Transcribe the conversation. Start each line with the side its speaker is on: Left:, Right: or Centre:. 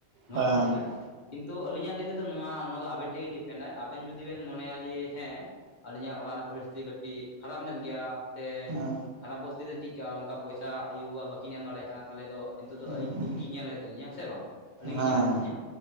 Left: ᱱᱚᱣᱟ
Right: ᱦᱮᱸ
Left: ᱵᱷᱟᱞᱮᱭᱟ ᱠᱤᱱᱛᱩ ᱟᱞᱤᱧᱟᱜ ᱞᱟᱹᱭ ᱛᱮᱫᱚ ᱱᱚᱣᱟ ᱱᱚᱣᱟ ᱫᱚ ᱟᱵᱮᱱ ᱴᱷᱮᱱ ᱜᱮ ᱰᱤᱯᱮᱱᱰᱟᱭ ᱟᱵᱮᱱ ᱡᱩᱫᱤ ᱵᱮᱱ ᱢᱚᱱᱮᱭᱟ ᱡᱮ ᱦᱮᱸ ᱟᱹᱞᱤᱧᱟᱜ ᱚᱲᱟᱜ ᱨᱮᱱᱟᱜ ᱯᱚᱨᱤᱥᱛᱷᱤᱛᱤ ᱠᱟᱹᱴᱤᱡ ᱠᱷᱟᱨᱟᱯ ᱧᱚᱜ ᱜᱮᱭᱟ ᱥᱮ
Right: ᱦᱮᱸ
Left: ᱠᱷᱟᱨᱟᱯ ᱵᱚᱞᱛᱮ ᱫᱚ ᱪᱮᱜᱠᱟ ᱝᱠᱟ ᱯᱚᱭᱥᱟ ᱟᱭᱩᱵᱟᱵᱟ ᱵᱟᱹᱠᱤᱱ ᱮᱢ ᱫᱟᱲᱮᱭᱟᱜ ᱠᱟᱱᱟ ᱛᱦᱟᱞᱮ ᱫᱚ ᱛᱚᱜ ᱫᱚ
Right: ᱦᱮᱸ
Left: ᱤᱧᱜᱮ ᱧᱮᱞ ᱦᱩᱭᱩᱜ ᱛᱟᱹᱞᱤᱧᱟ ᱥᱮ ᱵᱟᱝ ᱟᱹᱞᱤᱧ
Right: ᱦᱮᱸ
Left: ᱜᱮ ᱧᱮᱞ ᱦᱩᱭᱩᱜ ᱛᱟᱹᱞᱤᱧᱟ